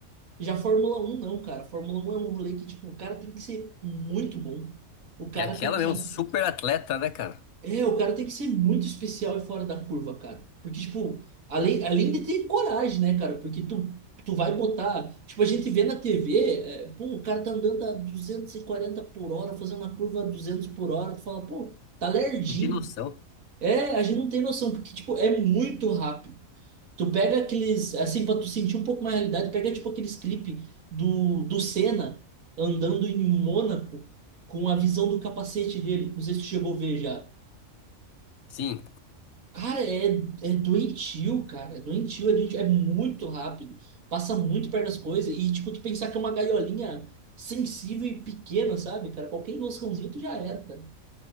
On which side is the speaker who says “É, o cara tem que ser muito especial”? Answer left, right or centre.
Right